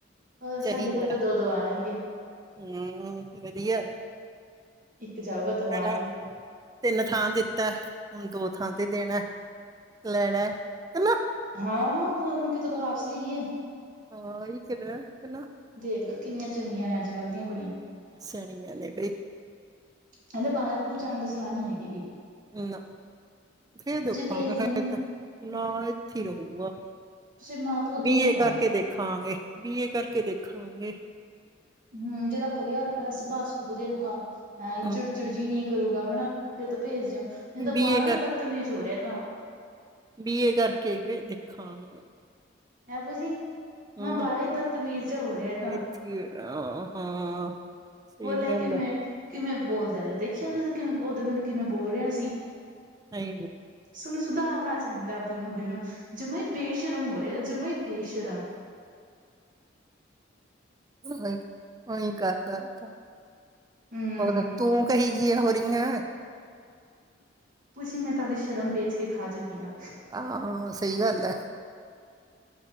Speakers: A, on the right; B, on the right.
A: ਹੋਰ
B: ਚਾਹੀਦਾ
A: ਸਾਡੇ ਘਰੇ ਤਾਂ ਦੋ ਦੋ ਆ ਜਾਣਗੇ
B: ਹਮ ਵਧੀਆ।
A: ਇੱਕ ਜਾਊਗਾ ਦੋ
B: ਪਹਿਲਾਂ
A: ਆਣੇ ਕੇ।
B: ਤਿੰਨ ਥਾਂ ਦਿੱਤਾ ਹੁਣ ਦੋ ਥਾਂ ਤੇ ਦੇਣਾ ਲੈਣਾ ਹਨ।
A: ਹਾਂ ਹੁਨ ਕੇ ਦਵਾਪਸ ਲਈਏ।
B: ਹਾਂ ਕਿਦੇਨਾ ਹ
A: ਦੇਖ ਲੋ ਕਿੰਨੀਆਂ ਚੰਗੀਆਂ ਨੇ ਅੱਜ ਕੱਲ੍ਹ ਦੀਆਂ ਕੁੜੀਆਂ।
B: ਸਣੀੀਆਂ ਨੇ ਬਈ
A: ਕਹਿੰਦੇ ਬਾਹਰ ਬੂਰ ਜਾਣ ਦੀ ਸਲਾਹ ਨਹੀਂੀ ਹੈਗੀ ਜੀ।
B: ਨਾ ਫਿਰ ਦੇਖਾਂਗੇ
A: ਭੇਜਦੇ
B: ਫ
A: ਨੀ
B: ਤਾਂ ਨਾ ਇੱਥੇ ਰਹੂਗਾ।
A: ਤੁਸੀਂ ਮਾਂ ਪਿਓ
B: ਬੀਏ
A: ਦੋਨੇ ਵਗ
B: ਕਰਕੇ
A: ਜਾਓ
B: ਦੇਖਾਂਗੇ ਬੀਏ ਕਰਕੇ ਦੇਖਾਂਗੇ।
A: ਹਮ ਜਿਹਦਾ ਵਧੀਆ ਸੁਭਾਅ ਸੁ ਵਧੀਆ ਰਹੇਗਾ।
B: ਹੂੰ
A: ਚਿੜਚਿੜ ਜੀ ਨਹੀਂ ਕਰੂਗਾ ਹਨਾ ਫੇਰ ਤਾਂ ਭੇਜ ਦਿਓ ਇਹ ਤਾਂ
B: ਬੀ
A: ਬਾਹ
B: ਏ
A: ਹੀ ਬਦਤਮੀਜ਼ ਹੋ ਰਿਹਾ ਤਾਂ।
B: ਬੀਏ ਕਰਕੇ ਦੇਖਾਂਗੇ।
A: ਹੈਂ ਪੂਸੀ।
B: ਹੂੰ
A: ਮੈਂ ਬਾਹਾ ਹੀ ਬਦਤਮੀਜ਼ ਜਹਾ ਹੋ ਰਿਹਾ ਤਾਂ।
B: ਇੱਥੇ ਅ ਹਾਂ ਸਹੀ
A: ਉਹ ਲੈ
B: ਗੱਲ
A: ਕੇ ਮੈਂ ਕਿਵੇਂ ਬੋਲਦਾ ਲੈ। ਦੇਖਿਆ ਤੁਸੀਂ ਕਿਵੇਂ ਉਧਰ ਮੈਨੂੰ ਕਿਵੇਂ ਬੋਲ ਰਿਹਾ ਸੀ।
B: ਹਈ।
A: ਸਹਨੂੰ ਸੁਧਾਰਨਾ ਚਾਹੀਦਾ ਉਹਦੇ ਮੁੰਡੇ ਨੂੰ ਜਮਾ ਹੀ ਬੇਸ਼ਰਮ ਹੋ ਰਿਹਾ ਤਾਂ ਜਮਾ ਹੀ ਬੇਸ਼ਰਮ।
B: ਉਹੀ ਉਹੀ ਕਰਦਾ ਤਾਂ
A: ਹਮ
B: ਹੋਰ ਤੂੰ ਕਹੀ। ਜੀ ਹੋ ਰਹੀਆਂ।
A: ਤੁਸੀੀ ਮੈਂ ਤਾਂਦੀ ਸ਼ਰਮ ਵੇਚ ਕੇ ਖਾ ਚੁੱਕੀ ਹਾਂ।
B: ਹਾਂ ਸਹੀ ਗੱਲ ਹੈ।